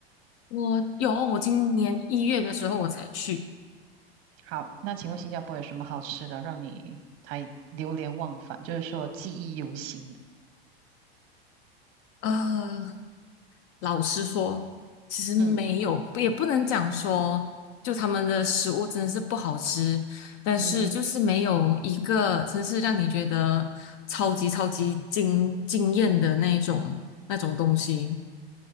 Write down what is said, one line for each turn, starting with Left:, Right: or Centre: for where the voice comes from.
Left: 我有哦，我今年一月的时候我才去，
Right: 好，那请问新加坡有什么好吃的，让你还流连忘返，就是说记忆犹新的？
Left: 呃，老实说，其实没有，
Right: 嗯
Left: 也不能讲说，就他们的食物真的是不好吃，但是就是没有一个真是让你觉得超级超级惊惊艳的那种那种东西。
Right: 嗯哼，